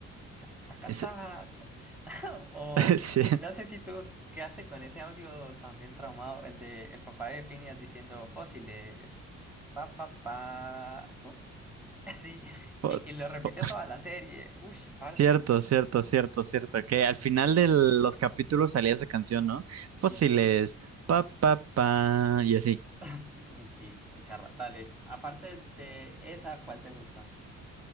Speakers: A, in the centre; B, on the right.
A: ta, taca,
B: Es-
A: ta, ta. <laughs> O
B: <laughs> sí.
A: eh, no sé si tú quedaste con ese audio también traumado, el de el papá de Phineas diciendo fósiles, pa, pa, pa, pu. <laughs> Así,
B: Po-
A: y, y lo repite
B: po-
A: toda la serie. Ush, parce,
B: Cierto,
A: bu-
B: cierto, cierto, cierto. Que al
A: buenísimo.
B: final de los capítulos salía esa canción, ¿no?
A: Sí,
B: Fósiles,
A: sí, sí.
B: pa, pa, pa, y así.
A: <laughs> Sí, uy, sí, muy charra. Dale, aparte de esa, ¿cuál te gusta?